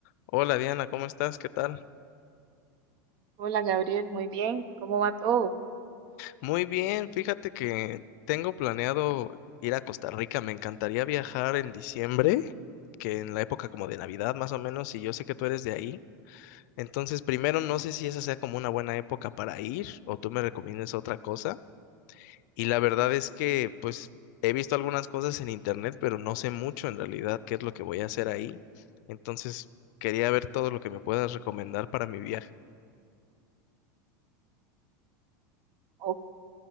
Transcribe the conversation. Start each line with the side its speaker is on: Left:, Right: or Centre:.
Left: Hola Diana, ¿cómo estás? ¿Qué tal?
Right: Hola Gabriel, muy bien, ¿cómo va todo?
Left: Muy bien, fíjate que tengo planeado ir a Costa Rica. Me encantaría viajar en diciembre, que en la época como de Navidad más o menos, y yo sé que tú eres de ahí. Entonces, primero, no sé si esa sea como una buena época para ir o tú me recomiendes otra cosa. Y la verdad es que, pues, he visto algunas cosas en internet, pero no sé mucho en realidad qué es lo que voy a hacer ahí. Entonces, quería ver todo lo que me puedas recomendar para mi viaje.
Right: Ok,